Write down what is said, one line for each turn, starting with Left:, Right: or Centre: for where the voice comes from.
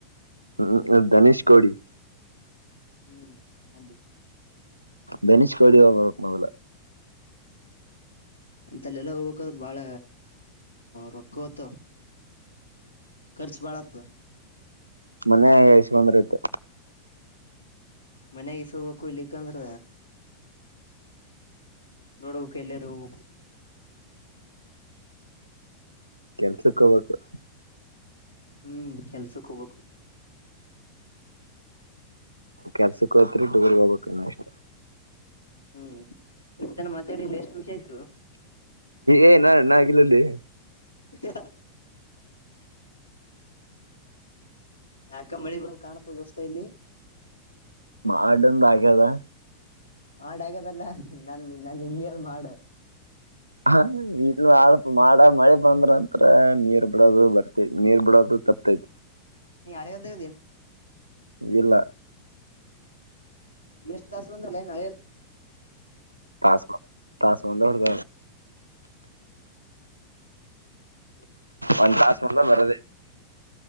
Right: ಹ್ಮ್ ದನೇಶ್ ಕೋಡಿ
Left: ಹ್ಮ್ ಅೇ
Right: ನಿಷ್ ಕೋಡಿ ಹಬರ ಮೊದಲ
Left: ಅಂತಲ್ಲ ಎಲ್ಲ ಹೋಗ್ಕ್ದ್ರರು ಬಾಳ ರೊಕ್ಕ ಹೊತ ಖರ್ಚು ಬಾಳತ್
Right: ಮನ್ೆಯಾಗ ಇಸ್ ಬಂದ್ರ ತೆ
Left: ಮನಾಗ ಸೋಬೇಕಕ್ಕು ಇಲ್ಲಿಕಂದ್ರ ನೋಡ್ಬೇಕಕ್ ಎಲ್ಲರೂ ಹೋಗ್ಬೇಕು
Right: ಕೆಲ್ಸಕ್ಕ ಹೋಗಬೇಕು
Left: ಹ್ಮ್ ಕೆಲ್ಸಕ್ ಹೋಗ
Right: ಕೆಲ್ಸಕ್ಕ ಹತ್ಟ್ಟುಗರ್ಗ ಹೋಗಬೇಕಣ ಅಷ್ಟ
Left: ಹ್ಮ್ ಇತನ ಮಾತಾಡಿಲ್ಲಿ ಎಷ್ಟು ನಿಮಷ ಆಯ್ತು
Right: ಏನ್ಣಾಗಿಲಲ್ಲಿ
Left: ಹ ಯಾಕ ಮಳಿ ಬಂದ್ ಕಾಣತ ದೋಸ್ತ ಇಲ್ಲಿ
Right: ಮಾಡಂದ ಆಗ್ಯದ
Left: ಮಾಡ ಆಗದಲ್ಲ ನನ್ ನನ್ ಹಿಂದಿಯಲ್ ಮಾಡ
Right: ಹ ಇಲ್ಲ ಆಪ ಮಾಡ ಮಳೆ ಬಂದ್ರ ನಂತತ್ರ ನೀರ್ ಬಿಡೋದು ಬರ್ತ ಮೇರ್ ಬಿಡೋದು ತಪ್ಪತೈತಿ
Left: ನೀ ಅಳವನ್ನು
Right: ಇಲ್ಲ
Left: ಎಷ್ಟು ದಾಸ ಬಂದಲ್ಲನ್ಯ
Right: ತಾಸ ತಾಸವಂದ ಹೊಡದ
Left: ಹಾ
Right: ಒಂದ್ ತಾಸ್ ಬಂದ ಬರದೆೇ